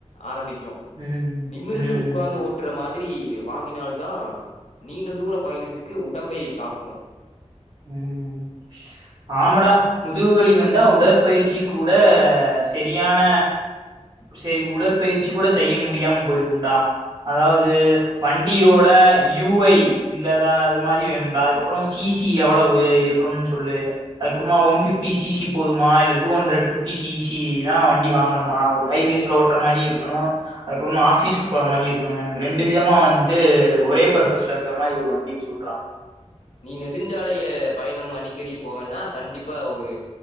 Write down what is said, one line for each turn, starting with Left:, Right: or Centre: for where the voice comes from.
Left: ஆரம்பி
Right: ம்
Left: நிமிர்ந்து
Right: ம்
Left: உட்கார்ந்து ஓட்டுற மாதிரி டி வாங்கினால் தா நீண்ட தூர பயணத்துக்கு உடம்பை காக்கும் க்கும்
Right: உம் ஆமாடா முதுவலி வந்தா உடற்பயிற்சி கூட சரியான சேரி உடற்பயிற்சி கூட செய்ய முடியாம போயிடும்டா அதாவது வண்டியோட யூஐ இல்லதா அது மாதிரி வேணும்டா அதுக்கப்புறம் சிசி டி எவ்வளவு இருக்குனு சொல்லு அதுக்கப்புறமா ஒன் பிப்டி சி சி போதுமா இல்ல two hundred fifty C C தான் வண்டி வாங்கணுமா ஒரு ஹைவேஸ்ல ஓற மாதிரி இருக்கணும்அதுக்கப்புறமா ஆபீஸ்க்கு போற மாதிரி இருக்கணும் எனக்கு ரெண்டு விதமா வந்துட்டு ஒரே பர்ப்பஸ்ல இருக்கற மாதிரி ஒரு வண்டி சொல்றான்
Left: நீ நெடுஞ்சாலைய பயணம் அடிக்கடி போவென்னா கண்டிப்பா ஒரு